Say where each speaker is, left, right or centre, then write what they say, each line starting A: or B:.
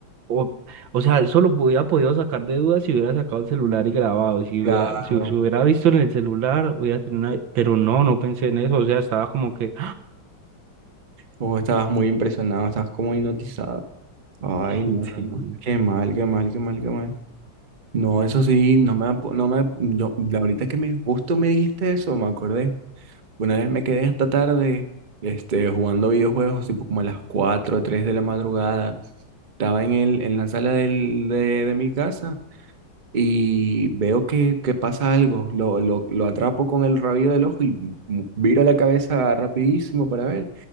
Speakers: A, on the right; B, on the right.
A: o, o sea, eso lo hubiera podido sacar de dudas si hubiera sacado el celular y grabado, si
B: Claro.
A: hubiera, si, se hubiera visto en el celular, hubiera tenido una... Pero no, no pensé en eso, o sea, estaba como que,
B: O estabas muy impresionado, estabas como hipnotizado. Ay,
A: <gasps>
B: no,
A: sí,
B: no, no. Qué mal, qué mal, qué mal, qué mal. No, eso sí, no me, apo- no me, yo, la- ahorita que me, justo me dijiste eso, me acordé. Una vez me quedé hasta tarde, este, jugando videojuegos, tipo como a las 4 o 3 de la madrugada. Estaba en el, en la sala del, de, de mi casa y veo que, que pasa algo. Lo, lo, lo atrapo con el rabillo del ojo y m- viro la cabeza rapidísimo para ver.